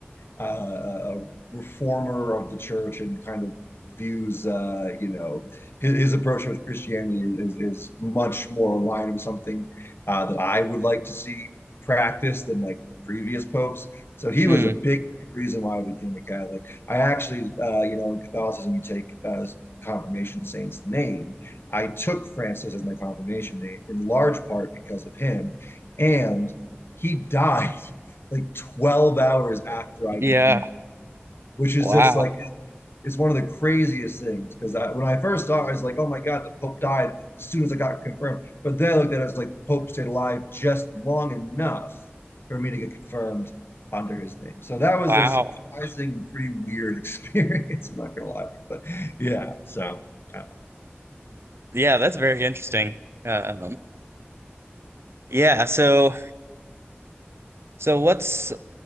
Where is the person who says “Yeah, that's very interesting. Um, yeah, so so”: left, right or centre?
Right